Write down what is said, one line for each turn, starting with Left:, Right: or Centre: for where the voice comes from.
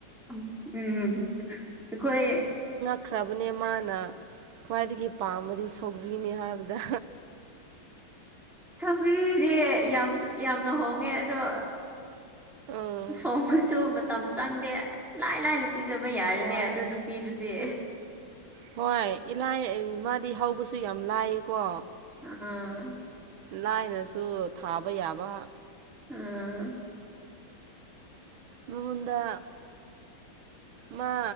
Centre: ꯎꯝ ꯎꯝ ꯑꯩꯈꯣꯏ
Right: ꯆꯠꯈ꯭ꯔꯕꯅꯦ ꯃꯥꯅ ꯈ꯭ꯋꯥꯏꯗꯒꯤ ꯄꯥꯝꯕꯗꯤ ꯁꯧꯒ꯭ꯔꯤꯅꯤ ꯍꯥꯏꯕꯅꯤ ꯗ
Centre: ꯄꯨꯨꯔꯤꯗꯤ ꯌꯥꯝ ꯌꯥꯝꯅ ꯍꯣꯡꯉꯦ ꯑꯗꯣ <inaudible>
Right: ꯎꯝ
Centre: ꯊꯣꯡꯕꯁꯨ ꯃꯇꯝ ꯆꯪꯗꯦ ꯂꯥꯏ ꯂꯥꯏꯅ ꯄꯤꯖꯕ ꯌꯥꯔꯅꯦ
Right: ꯍꯣꯏ
Centre: ꯑꯗꯨ ꯅꯨꯄꯤꯗꯨꯗꯤ
Right: ꯍꯣꯏ ꯏꯂꯥꯏ ꯃꯥꯗꯤ ꯍꯧꯕꯁꯨ ꯌꯥꯝ ꯂꯥꯏꯌꯦꯀꯣ
Centre: ꯑꯥ
Right: ꯂꯥꯏꯅꯁꯨ ꯊꯥꯕ ꯌꯥꯕ
Centre: ꯑꯥ
Right: ꯃꯉꯣꯟꯗ ꯃꯥ